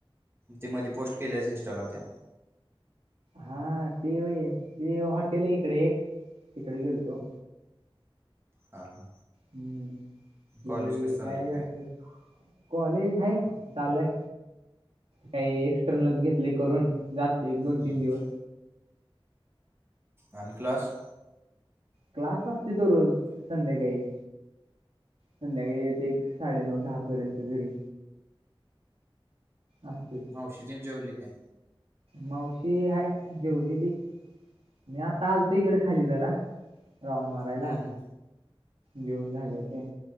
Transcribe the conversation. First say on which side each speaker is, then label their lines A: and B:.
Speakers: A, on the right; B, on the right.
A: ती मध्ये पोस्ट केल्यास इंस्टाला त्या
B: हा ते व्हय ते हॉटेल आहे इकडे एक तिकडे गेलतो
A: हा हा
B: हम्म ते
A: कॉलेज कसं चाललंय
B: काय झालतं कॉलेज हाय चालू हाय काय एक्स्टर्नल घेतले करून जातोय एक दोन
A: हम्म.
B: तीन दिवस
A: आणि क्लास
B: क्लास असतोय दरोज संध्याकाळी संध्याकाळी येतोय एक साडेनऊ दहा पर्यंत घरी असतोय
A: मावशी तेन जेवली काय?
B: मावशी हाय जेवली ती मी आता आलतो इकडे खाली जरा राऊंड मारायला
A: हम्म हम्म
B: जेऊन झालं ते...